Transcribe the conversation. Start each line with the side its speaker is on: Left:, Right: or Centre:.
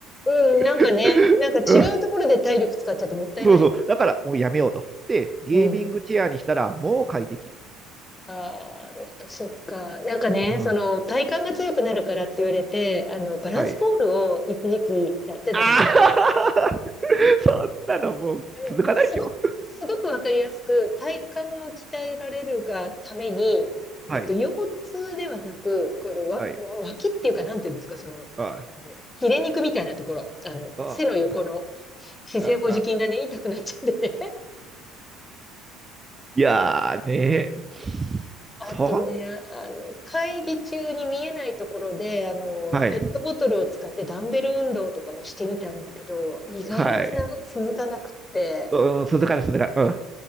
Left: ん。うん、なんかね、
Right: <laughs>
Left: なんか違うところで体力使っちゃってもったいないよね。
Right: うんそうそう。だから、もうやめようと。で、ゲーミングチェアにしたら、
Left: うん。
Right: もう快適。
Left: ああ、やっぱそっか。なんかね、
Right: うん
Left: その、体幹が強くなるからって言われて、あの、バランスボールを一時期やってたんですけど、
Right: はい。ああ <laughs> そんなのもう続かないでしょ。
Left: あのすごく、すごくわかりやすく、体幹を鍛えられるがために、えっと、
Right: はい。
Left: 腰痛ではなく、このわ、
Right: はい。
Left: 脇っていうか、なんていうんですか、その、
Right: あ
Left: あの、ヒレ肉みたいなところ、あの、
Right: あ
Left: 背の横の姿勢保持筋がね、
Right: ああ
Left: 痛くなっちゃってね <laughs>
Right: いやーね。
Left: あとね、
Right: そん、
Left: あの、会議中に見えないところで、あの、
Right: はい。
Left: ペットボトルを使ってダンベル運動とかもしてみたんだけど、意外につなが、
Right: はい。
Left: 続かなくって、
Right: うん、続かない、続かない。う